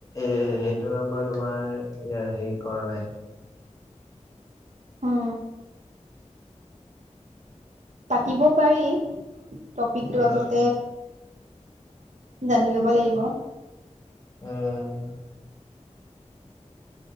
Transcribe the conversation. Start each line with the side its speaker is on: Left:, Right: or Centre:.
Left: এ সেইটো নাম্বাৰ তোমাৰ এয়াৰ হেৰি কৰা নাই।
Right: অ পাতিব পাৰি। টপিকটো
Left: উম,
Right: আগতে জানি লব লাগিব।
Left: উম